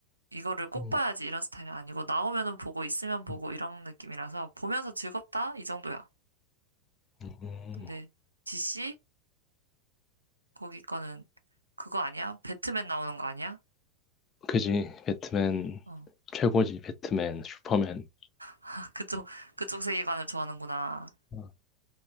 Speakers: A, on the right; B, on the left.
A: 이거를 꼭
B: 음,
A: 봐야지 이런 스타일은 아니고 나오면은 보고 있으면 보고
B: 음,
A: 이런 느낌이라서 보면서 즐겁다 이 정도야.
B: 음.
A: 근데 DC 거기 거는 그거 아니야? 배트맨 나오는 거 아니야?
B: 그지. 배트맨
A: 어.
B: 최고지. 배트맨, 슈퍼맨.
A: <laughs> 그쪽 그쪽 세계관을 좋아하는구나.
B: 어.